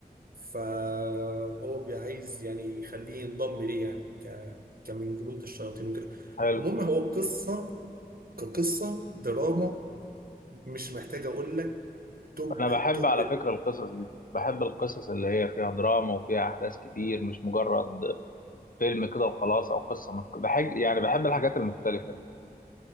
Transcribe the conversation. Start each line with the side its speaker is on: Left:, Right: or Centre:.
Right: فهو عايز يعني يخليه ينضم ليه يعني ك... كمن جنود الشياطين وكده
Left: حلو
Right: المهم هو قصه كقصه دراما مش محتاج اقول لك توب
Left: انا بحب
Right: التوب
Left: على
Right: التوب.
Left: فكره القصص دي بحب القصص اللي هي فيها دراما وفيها احداث كتير مش مجرد فيلم كده وخلاص او قصه مك... بحب يعني بحب الحاجات المختلفه دي